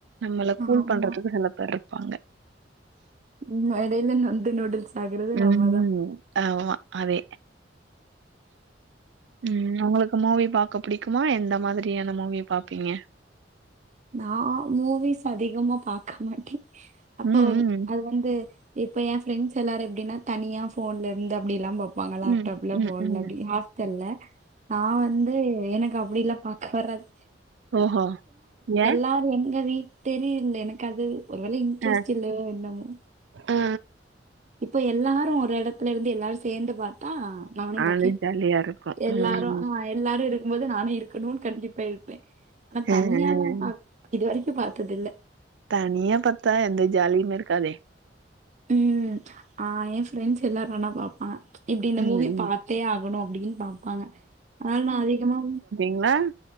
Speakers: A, on the right; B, on the right.
A: நம்மள கூல்
B: ஆமா
A: பண்றதுக்கு சில பேர் இருப்பாங்க
B: ம் மடைலா நொந்து நூடுல்ஸ் ஆகுறது
A: ம்
B: நம்ம தான்
A: ஆமா அதே ம் உங்களுக்கு மூவி பாக்க புடிக்குமா எந்த மாதிரியான மூவி பாப்பீங்க
B: நான் மூவிஸ் அதிகமா பாக்க மாட்டே அப்போ
A: ம், ம்,
B: அது வந் வந்து இப்ப என் ஃப்ரெண்ட்ஸ் எல்லாரு எப்டின்னா தனியா ஃபோன்ல இருந்து அப்டில்லா பா வாங்க லேப்டாப்ல
A: ம், ம்,
B: ஃபோன்ல
A: ம்.
B: அப்டி ஹாஸ்டல்ல நா வந்து எனக்கு அப்டில்லா பா பறது
A: ஓஹோ! ஏன்?
B: யார் எங்க வீட் தெரியல எனக்கு அது ஒருவேளை இன்ட்ரெஸ்ட்
A: ஆ.
B: இல்லையோ என்னமோ
A: ஆ
B: இப்ப எல்லாரு ஒரு எடத்துல இருந்து எல்லாரு சேந்து பாத்தா நானு
A: அது
B: பாப்பே
A: ஜாலியா இருக்கு
B: எல்லாரு
A: ம்
B: ஆ எல்லாரு இரு க்கும் போது நானு இருக்கணுனு கண்டிப்பா இருப்பே ஆனா
A: ம்
B: தனியால்லா பாக் இது வரைக்கு பாத்தது இல்ல
A: தனியா பாத்தா எந்த ஜாலியும் இருக்காதே
B: ம் ஆ எ ஃப்ரெண்ட்ஸ் எல்லாரனா பாப்பே இப்டி இந்த
A: ம்
B: மூவிய
A: ம்
B: பாத்தே ஆகணு அப்டின் பாப்பாங்க ஆனா நா அதிகமா
A: ங்ளா